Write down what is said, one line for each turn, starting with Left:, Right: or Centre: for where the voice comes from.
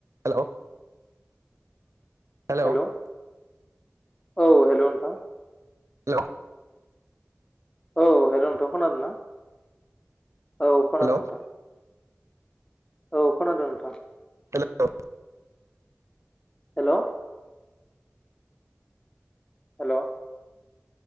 Right: Hello. hello
Left: Hello औ hello नोंथां।
Right: Hello.
Left: औ हेलौ नोंथां खोनादों ना, औ खोनादों
Right: हेल'
Left: नोंथां। औ खोनादों नोंथां।
Right: हेलौ।
Left: हेलौ। हेलौ।